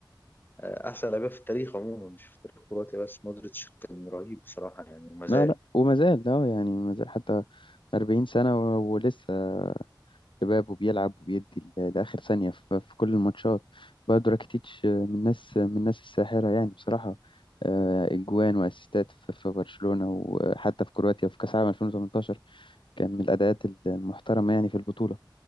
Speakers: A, on the left; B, on the left.
A: آه، أحسن لعيبة في التاريخ عموما مش في التاريخ الكرواتي بس مودريتش كان رهيب بصراحة يعني وما زال
B: لا لا وما زال لا يعني ما زال حتى 40 سنة و- ولسه شباب وبيلعب وبيدي ل- لآخر ثانية ف- في كل الماتشات بقى راكيتيتش آه، من الناس آه، من الناس الساحرة يعني بصراحة آه، إجوان وأسيستات في في برشلونة وحتى في كرواتيا وفي كأس العالم 2018 كان من الأداءات المحترمة يعني في البطولة